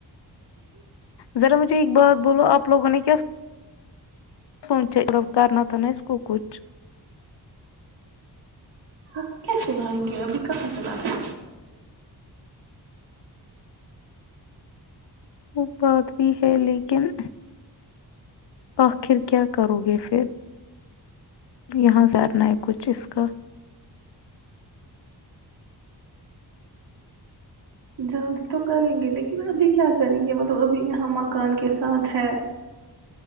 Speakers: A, on the left; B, on the right.
A: ذرا مجھے ایک بات بولو آپ لوگوں نے کیا سوچا کرنا تھا نا اس کو کچھ
B: آ کیا سلائیں گے ابھی کہاں سلائیں گے
A: وہ بات بھی ہے لیکن آخر کیا کرو گے پھر یہاں جارنا ہے کچھ اس کا
B: جلدی تو کریں گے لیکن ابھی کیا کریں گے مطلب ابھی یہاں مکان کے ساتھ ہے